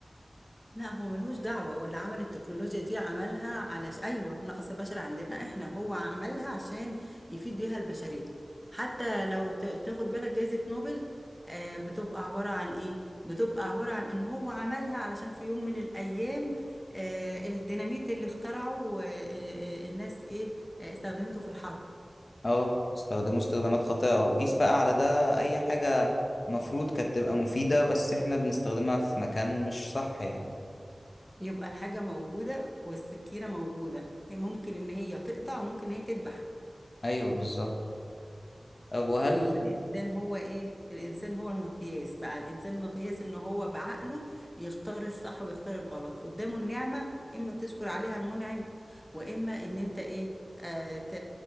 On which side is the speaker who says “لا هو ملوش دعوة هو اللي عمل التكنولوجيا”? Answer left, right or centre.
Centre